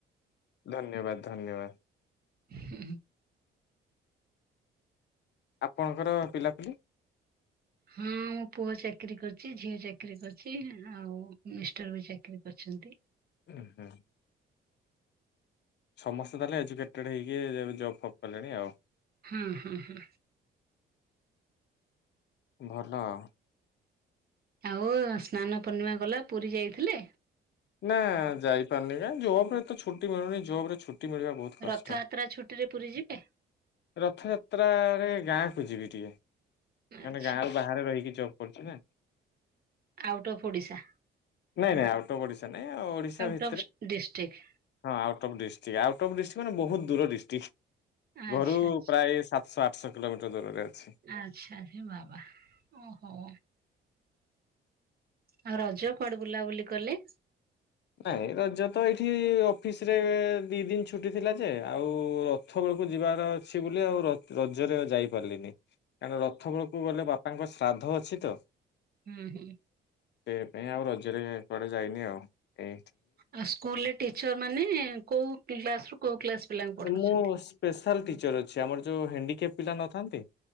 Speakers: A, on the left; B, on the right.
A: ଧନ୍ୟବାଦ ଧନ୍ୟବାଦ।
B: ହୁ।
A: ଆପଣଙ୍କର ପିଲାପିଲି।
B: ହଁ ମୋ ପୁଅ ଚାକିରି କରିଛି। ଝିଅ ଚାକିରି କରିଛି। ଆଉ ମିଷ୍ଟର ବି ଚାକିରି କରିଛନ୍ତି।
A: ଉୁଁ ହୁଁ। ସମସ୍ତେ ତାହେଲେ ଏଜୁକେଟେଡ ହେଇକି, ଏବେ ଜବ୍ ଫବ କଲେଣି ଆଉ।
B: ହଁ ହଁ ହଁ
A: ଭଲ ଆଉ।
B: ଆଉ ସ୍ନାନ ପୂର୍ଣ୍ଣିମା ଗଲା ପୁରୀ ଯାଇଥିଲେ।
A: ନା ଯାଇପାରିନି, କାଁ ଜୋବ ରେ ତ ଛୁଟି ମିଳୁନି ଜବ ରେ ଛୁଟି ମିଳିବା ବହୁତ କଷ୍ଟ।
B: ରଥଯାତ୍ରା ଛୁଟିରେ ପୁରୀ ଯିବେ?
A: ରଥଯାତ୍ରାରେ ଗାଁକୁ ଯିବି ଟିକିଏ।
B: ଆଚ୍ଛା
A: କାନେ ଗାଁ ରୁ ବାହାରେ ରହିକି ଜବ କରୁଛି ନା।
B: Out of Odisha.
A: ନାଇଁ ନାଁଇ ଆଉଟ ଅଫ୍ ଓଡିଶା ନଁ ଓଡ଼ିଶା ଭିତ
B: କ ଫ୍ ଡିଷ୍ଟ୍ରିକ୍।
A: ହଁ out of district, out of district ମାନେ ବହୁତ ଦୂର ଡିଷ୍ଟ୍ରିକ୍,
B: ଆଚ୍ଛା
A: ଘରୁ
B: ଆଚ୍ଛା।
A: ପ୍ରାୟ ସାତ ସାସଶହ କିଲୋମିଟର ଦୂରରେ ଅଛି।
B: ଆଚ୍ଛା ହେ ବାବା ଓହୋ। ଆଉ ରଜ, କୁଆଡେ ବୁଲାବୁଲି କଲେ?
A: ନାଇଁ ରଜ ତ ଏଇଠି, ଅଫିସ ରେ ଦି ଦିନ ଛୁଟି ଥିଲା ଯେ, ଆଉ ରଥ ବେଳକୁ ଯିବାର ଅଛି ବୋଲି, ଆଉ ରଥ ରଜରେ ଯାଇ ପାରିଲିନି। କାରଣ ରଥ ବେଳକୁ ଗଲେ ବାପାଙ୍କ ଶ୍ରାଦ୍ଧ ଅଛି ତ।
B: ହୁଁ ହୁଁ।
A: ସେ ପାଇଁ ଆଉ ରଜରେ ଏ କୁଆଡେ ଯାଇନି ଆଉ ଏ
B: ଆଉ ସ୍କୁଲରେ ଟିଚର ମାନେ, କୋଉ କ୍ଲାସ ରୁ କୋଉ କ୍ଲାସ ପିଲାଙ୍କୁ ପଢଉଛନ୍ତି?
A: ମୁଁ ସ୍ପେଶାଲ ଟିଚର ଅଛି। ଆମର ଯୋଉ ହଣ୍ଡିକେପ ପିଲା ନଥାନ୍ତି